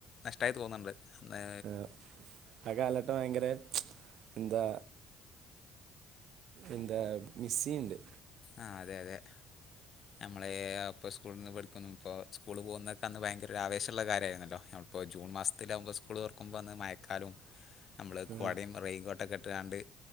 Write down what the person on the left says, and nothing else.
നഷ്ടായി തോന്നുണ്ട് അന്ന്
ആഹ് അതെ അതെ നമ്മള് അപ്പ സ്കൂളീന്ന് പഠിക്കുന്നപ്പോ സ്കൂളിൽ പോകുന്നയൊക്കെ അന്ന് ഭയങ്കര ഒരു ആവേശമുള്ള കാര്യായിരുന്നല്ലോ ഇപ്പോ ജൂൺ മാസത്തിലാവുമ്പോ സ്കൂള് തുറക്കുമ്പോ അന്ന് മയക്കാലവും നമ്മള്
കൊടയും റെയിൻകോട്ടൊക്കെ ഇട്ടാണ്ട്